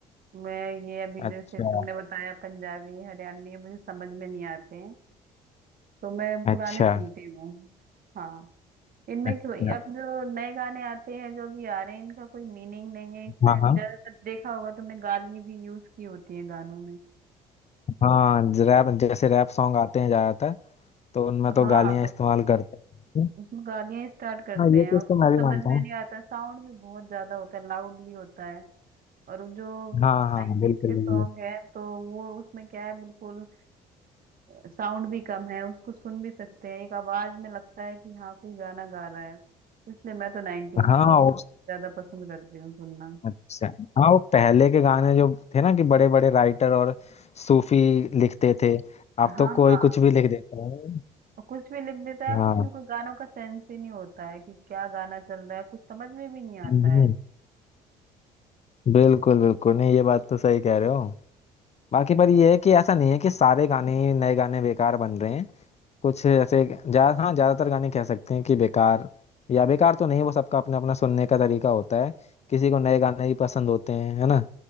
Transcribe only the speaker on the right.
मैं ये अभी
जैसे तुमने बताया पंजाबी हरियाणवी ये मुझे समझ में नहीं आते हैं तो मैं पुराने
सुनती हूँ हाँ इनमें
क्यों अब जो नए गाने आते हैं जो अभी आ रहे हैं इनका कोई मीनिंग नहीं है इसमें
ज्यादातर देखा होगा तुमने गाली भी यूज की होती है गानों में
हाँ
तो
उसमें गालियां स्टार्ट करते
हैं
और
कुछ
समझ
में
नहीं आता साउंड भी बहुत ज्यादा होता है लाउडली होता है और वो जो
नाइन्टीज
के सॉन्ग
है तो वो उसमें क्या है बिल्कुल साउंड भी कम है उसको सुन भी सकते हैं एक आवाज में लगता है कि हाँ कोई गाना गा रहा है इसलिए मैं तो नाइन्टीज
के
ज्यादा पसंद करती हूँ सुनना
हाँ
हाँ
और कुछ भी लिख देता है
कुछ भी कोई गानों का सेंस ही नहीं होता है कि क्या गाना चल रहा है कुछ समझ में भी नहीं आता